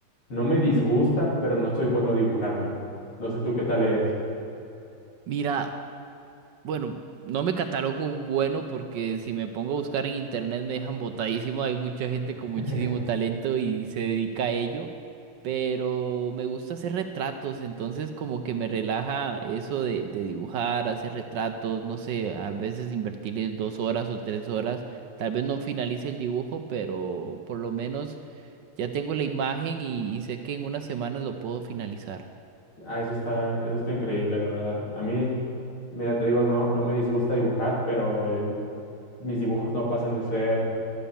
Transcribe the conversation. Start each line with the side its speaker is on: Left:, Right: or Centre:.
Left: no me disgusta, pero no soy bueno dibujando. No sé tú qué tal eres.
Right: Mira, bueno, no me catalogo bueno porque si me pongo a buscar en internet me dejan botadísimo. Hay mucha gente
Left: <laughs>
Right: con muchísimo talento y se dedica a ello. Pero me gusta hacer retratos, entonces como que me relaja eso de, de dibujar, hacer retratos, no sé, a veces invertirle dos horas o tres horas. Tal vez no finalice el dibujo, pero por lo menos Ya tengo la imagen y, y sé que en unas semanas lo puedo finalizar.
Left: Ah, eso está, eso está increíble, la verdad. A mí, mira, te digo, no, no me disgusta dibujar, pero eh, mis dibujos no pasan de ser